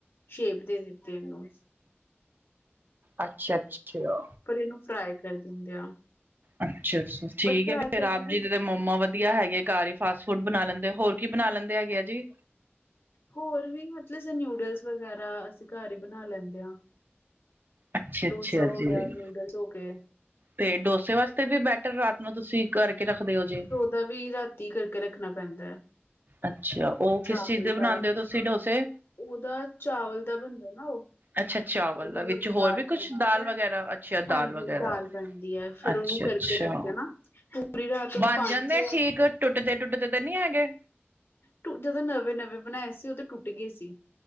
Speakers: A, on the left; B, on the right.
A: ਸ਼ੇਪ ਦੇ ਦਿੱਤੀ ਇਹਨੂੰ।
B: ਅੱਛਾ ਅੱਛਾ।
A: ਪਰ ਇਹਨੂੰ ਫਰਾਈ ਕਰ ਦਿੰਦੇ ਆ।
B: ਅੱਛਾ ਅੱਛਾ ਠੀਕ
A: ਬਟ ਫਰਾਈ
B: ਹੈ ਫਿਰ
A: ਕਰਦੇ
B: ਆਪ
A: ਵੀ
B: ਜੀ ਦੇ। ਮੋਮ ਵਧੀਆ ਹੈਗੇ ਘਰ ਹੀ ਫਾਸਟ ਫੂਡ ਬਣਾ ਲੈਂਦੇ ਹੋਰ ਕੀ ਬਣਾ ਲੈਂਦੇ ਹੈਗੇ ਆ ਜੀ।
A: ਹੋਰ ਵੀ ਮਤਲਬ ਨੂਡਲਸ ਵਗੈਰਾ ਅਸੀਂ ਘਰ ਹੀ ਬਣਾ ਲੈਂਦੇ ਹਾਂ।
B: ਅੱਛਾ
A: ਡੋਸਾ
B: ਅੱਛਾ
A: ਹੋ
B: ਜੀ
A: ਗਿਆ, ਨਿਊਡਲਸ ਹੋ ਗਏ।
B: ਤੇ ਡੋਸੇ ਵਾਸਤੇ ਵੀ ਬੈਟਰ ਰਾਤ ਨੂੰ ਤੁਸੀਂ ਕਰਕੇ ਰੱਖਦੇ ਹੋ ਜੀ।
A: ਉਹ ਦਾ ਵੀ ਰਾਤੀ ਕਰਕੇ ਰੱਖਣਾ ਪੈਂਦਾ ਹੈ।
B: ਅੱਛਾ ਉਹ ਕਿਸ
A: ਚਾਵਲ
B: ਚੀਜ਼ ਦੇ ਬਣਾਉਂਦੇ
A: ਦਾ
B: ਹੋ ਤੁਸੀਂ ਡੋਸੇ।
A: ਉਹਦਾ ਚਾਵਲ ਦਾ ਬਣਦਾ ਨਾ ਉਹ
B: ਅੱਛਾ ਚਾਵਲ ਦਾ
A: ਔਰ
B: ਵਿੱਚ
A: ਇੱਕ
B: ਹੋਰ
A: ਦਾਲ
B: ਵੀ
A: ਪੈਂਦੀ
B: ਕੁਛ ਦਾਲ
A: ਹੈ
B: ਵਗੈਰਾ ਅੱਛਾ
A: ਹਾਂਜੀ
B: ਦਾਲ ਵਗੈਰਾ।
A: ਦਾਲ ਪੈਂਦੀ ਹੈ ਫੇਰ
B: ਅੱਛਾ
A: ਉਹਨੂੰ
B: ਅੱਛਾ।
A: ਕਰਕੇ ਰੱਖਦੇ ਨਾ ਪੂਰੀ ਰਾਤ ਉਹਨੂੰ
B: ਬਣ
A: ਪਾਣੀ
B: ਜਾਂਦੇ
A: ਚ
B: ਆ ਠੀਕ ਟੁੱਟਦੇ ਟੁੱਟਦੇ ਤੇ ਨਹੀਂ ਹੈਗੇ।
A: ਟੁੱਟ ਜਦੋਂ ਨਵੇਂ ਨਵੇਂ ਬਣਾਏ ਸੀ ਉਦੋਂ ਟੁੱਟ ਗਏ ਸੀ।